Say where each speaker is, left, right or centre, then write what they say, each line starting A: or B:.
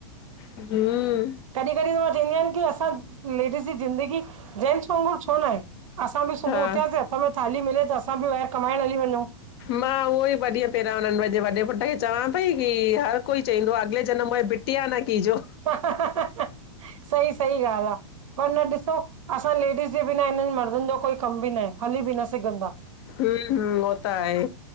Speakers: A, on the left; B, on the right.
A: <unintelligible> हूं
B: कॾहि कॾहि मां चवयनी की, असां लेडीस जी ज़िंदगी जेंट्स वाघुर छो न आहे असां बि सुबुह
A: हा
B: उथियासीं हथ में थाली मिले त असां बि ॿाहिर कमाइण हली वञूं।
A: मां उहो ई ॿ ॾींहं पहिरियां हुननि पंहिंजे वॾे पुट खे चवां पई की हर कोई चईंदो आह अॻिले जनम में तिया न की जो
B: सही, सही ॻाल्ह आह। पर न ॾिसो असां लेडीस जे बिना हिनन मर्दनजो कोई कम बि न आहे, हली बि न सघन्दा
A: हूं हूं उवो त आहे।